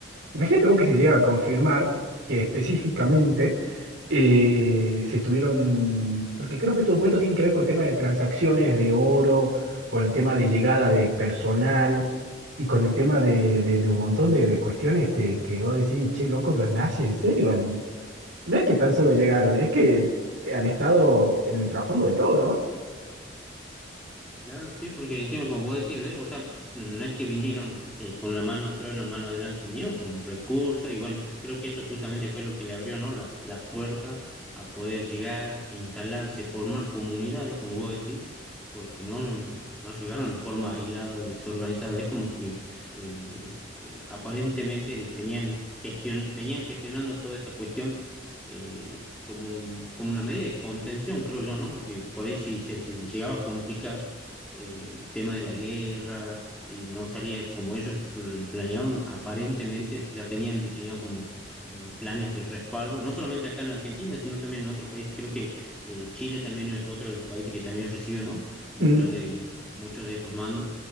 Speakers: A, on the right; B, in the centre.
A: Imagínate vos que se llega a confirmar que específicamente eh, se estuvieron, porque creo que estos documentos tienen que ver con el tema de transacciones de oro, con el tema de llegada de personal y con el tema de, de- de un montón de, de cuestiones que, que vos decís, che, loco, los nazis en serio. han- No es que tan solo llegaron, es que han estado en el trasfondo de todo, ¿no?
B: Claro, sí, porque encima, como vos decís, ¿ves? O sea, no es que vinieron eh, con la mano atrás y la mano adelante, vinieron con recursos y bueno, creo que eso justamente fue lo que le abrió, ¿no? La, la puerta a poder llegar, instalarse, formar comunidades, como vos decís, porque no, no llegaron en forma aislada, desorganizada, es como que eh, eh, aparentemente tenían gestión, venían gestionando toda esta cuestión. eh, como, un- como una medida de contención, creo yo, ¿no? Porque por ahí sí se se llegaba a complicar eh, el tema de la guerra, y no salía como ellos pl- planeaban, aparentemente ya tenían diseñado como eh, planes de respaldo, no solamente acá en Argentina, sino también en otros países. Creo que eh, Chile también es otro de los países que también recibe, ¿no? Muchos
A: Mm.
B: de, muchos de estos mandos.